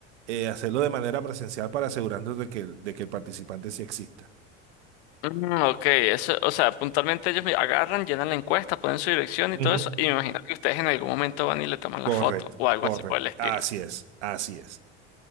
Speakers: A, on the right (about 80°); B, on the left (about 70°).
A: eh, hacerlo de manera presencial para asegurarnos de que, el- de que el participante sí exista.
B: Mm, ok, eso, o sea, puntualmente ellos me agarran, llenan la encuesta, ponen su dirección y
A: Ujú.
B: todo eso, y me imagino que ustedes en algún momento van y le toman
A: Correcto,
B: la foto o algo
A: correcto.
B: así por el estilo.
A: Así es, así es.